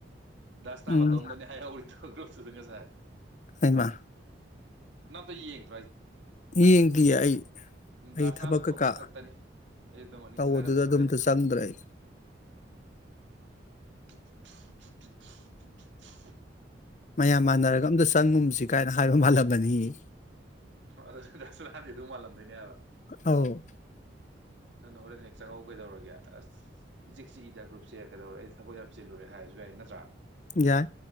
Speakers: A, on the right; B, on the left.
A: ꯗꯁ
B: ꯎꯝ
A: ꯅꯥ ꯃꯇꯣꯝꯗꯅꯦ ꯍꯥꯏꯍꯧꯔꯤꯗꯣ ꯒ꯭ꯔꯨꯞꯇꯨꯁꯨ ꯉꯁꯥꯏ
B: ꯍꯩꯃꯥ
A: ꯅꯇ ꯌꯦꯡ
B: ꯌꯦꯡꯗꯤꯌꯦ ꯑꯩ ꯑꯩ
A: ꯗꯥꯁꯅꯥ
B: ꯊꯕꯛ
A: ꯃꯇꯣꯝꯇ
B: ꯀꯩꯀꯥ
A: ꯈꯛꯇꯅꯤ ꯑꯌꯨꯛꯇ ꯃꯣꯔꯅꯤꯡꯒ
B: ꯇꯧꯕꯗꯨꯗ
A: ꯍꯥꯏꯔꯝꯃꯤꯗꯣ
B: ꯑꯗꯨꯝꯇ
A: ꯑꯇꯩ
B: ꯆꯪꯗ꯭ꯔꯦ ꯑꯩ
A: ꯗꯨꯛ ꯗꯨꯛ ꯊꯨ
B: ꯃꯌꯥꯝ ꯃꯥꯟꯅꯔꯒ ꯑꯝꯇ ꯆꯪꯉꯨꯝꯁꯤ ꯀꯥꯏꯅ ꯍꯥꯏꯕ ꯃꯥꯜꯂꯝꯅꯤ
A: ꯑ ꯗꯁ ꯂꯗꯤꯗꯨ ꯃꯥꯜꯂꯂꯝꯗꯅꯦ ꯍꯥꯏꯕ
B: ꯑꯧ
A: ꯅꯪꯅ ꯍꯣꯔꯦꯟ ꯍꯦꯛ ꯆꯪꯉꯧ ꯀꯩꯗꯧꯔꯒꯦ ꯑꯁ ꯏꯆꯛꯁꯤ ꯏꯗ ꯒ꯭ꯔꯨꯞꯁꯦ ꯀꯗꯧꯔ ꯑꯩ ꯊꯕꯛ ꯌꯥꯝ ꯆꯤꯜꯂꯨꯔꯦ ꯍꯥꯏꯔꯁꯨ ꯌꯥꯏ ꯅꯠꯇ꯭ꯔꯥ
B: ꯌꯥꯏ